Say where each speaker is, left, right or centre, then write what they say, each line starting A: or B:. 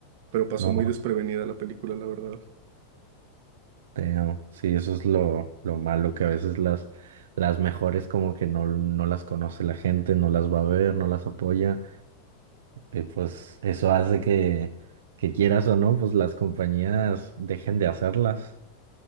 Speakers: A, on the right; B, on the right.
A: pero pasó
B: No,
A: muy desprevenida la película, la verdad.
B: damn. Sí, eso es lo, lo malo, que a veces las, las mejores como que no, no las conoce la gente, no las va a ver, no las apoya. Y pues eso hace que, que quieras o no, pues las compañías dejen de hacerlas.